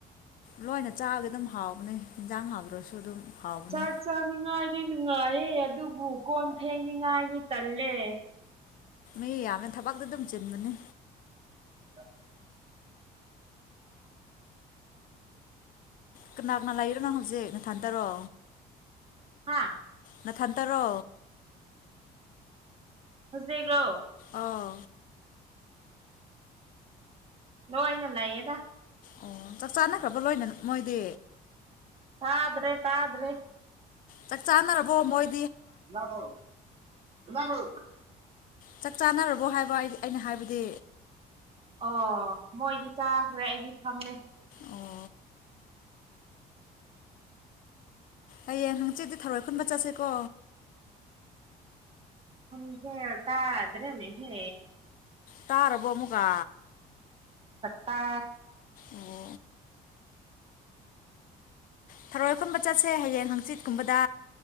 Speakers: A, on the left; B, on the right.
A: ꯂꯣꯏꯅ ꯆꯥꯑꯒ ꯑꯗꯨꯝ ꯍꯥꯎꯕꯅꯤ ꯌꯦꯟꯖꯥꯡ ꯍꯥꯎꯇ꯭ꯔꯁꯨ ꯑꯗꯨꯝ ꯍꯥꯎꯕꯅꯦ
B: ꯆꯥ ꯆ ꯗꯤ ꯅꯨꯡꯉꯥꯏꯔꯦ ꯑꯗꯨꯕꯨ ꯀꯣꯟ ꯊꯦꯡꯅꯤꯡꯉꯥꯏꯅꯤ ꯀꯜꯂꯦ
A: <unintelligible> ꯊꯕꯛꯇ ꯑꯗꯨꯝ ꯆꯤꯟꯕꯅꯦ
B: ꯑ
A: ꯀꯅꯥ ꯀꯅꯥ ꯂꯩꯔꯣꯅꯣ ꯍꯧꯖꯤꯛ ꯅꯊꯟꯇꯔꯣ
B: ꯍꯥꯥ
A: ꯅꯊꯟꯇꯔꯣ
B: ꯍꯧꯖꯤꯒ꯭ꯔꯣ
A: ꯑꯥꯎ
B: ꯂꯏ ꯉ ꯂꯏꯌꯦ ꯇ
A: ꯑꯣ ꯆꯥꯛ ꯆꯥꯅꯈ꯭ꯔꯕ ꯂꯣꯏꯅ ꯃꯣꯏꯗꯤ
B: ꯇꯥꯗ꯭ꯔꯦ ꯇꯥꯗ꯭ꯔꯦ
A: ꯆꯥꯛ ꯆꯥꯅꯔꯕꯣ ꯃꯣꯏ
B: ꯏꯔꯕꯣ ꯏꯔꯕꯣ
A: ꯆꯥꯛ ꯆꯥꯅꯔꯕꯣ ꯍꯥꯏꯕ ꯑꯩ ꯑꯩꯅ ꯍꯥꯏꯕꯗꯤ
B: ꯑꯣ ꯃꯣꯏꯗꯤ ꯇꯥꯈ꯭ꯔꯦ ꯑꯩꯗꯤ ꯐꯝꯅꯦ
A: ꯑꯣ ꯑꯩꯪ ꯆ ꯊꯔꯣꯏ ꯈꯨꯟꯕ ꯆꯠꯁꯦꯀꯣ
B: ꯍꯪꯖꯦꯇꯥꯗ꯭ꯔꯦꯅꯦ ꯍꯦ
A: ꯇꯥꯔꯕꯣ ꯑꯃꯨꯛꯀ
B: ꯐꯇꯥ
A: ꯑꯣ ꯊꯔꯣꯏ ꯈꯨꯟꯕ ꯆꯠꯁꯦ ꯍꯌꯦꯡ ꯍꯪꯆꯤꯠꯀꯨꯝꯕꯗ